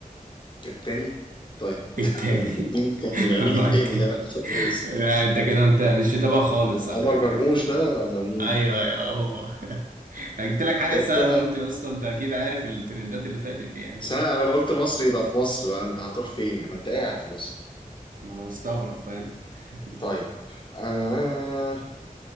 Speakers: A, on the left; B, on the right.
A: التاني طيب <laughs>
B: التاني
A: مين التاني
B: <laughs>
A: بقى مين
B: هو
A: التاني
B: التاني
A: ده أنا مش فاكر اسمه
B: لا انت كده انت مش متابع خالص عامة
A: عمر مرموش ده ولا مين
B: ايوه ايوه هو <laughs> أنا جبت لك حاجه
A: طب
B: سهله
A: تمام
B: قلت يا اسطى انت اكيد عارف الترندات اللي فاتت دي يعني
A: بس
B: فاهم
A: انا انا قلت مصر يبقى في مصر بقى انت هتروح فين يعني ما انت قاعد في مصر
B: ما انا مستغرب فاهم <laughs>
A: طيب آه...